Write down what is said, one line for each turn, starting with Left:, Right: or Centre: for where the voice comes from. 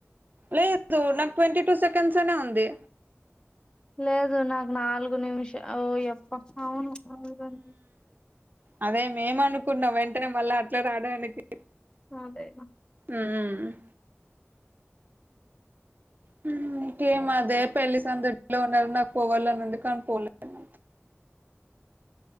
Right: లేదు నాకు ట్వంటీ టూ సెకండ్స్నే అనే ఉంది.
Left: లేదు నాకు నాలుగు నిమిషం ఓ ఎప్ప అవును. అవ్వదండి.
Right: అదే మేమ అనుకున్నాం వెంటనే మళ్ళా అట్లా రాడానికి
Left: అదే
Right: ఉమ్ ఆ <inaudible> హ్మ్ కే అదే పెళ్లి సందడిలో ఉన్నారు నాకు పోవాలని ఉంది కానీ పోలేను.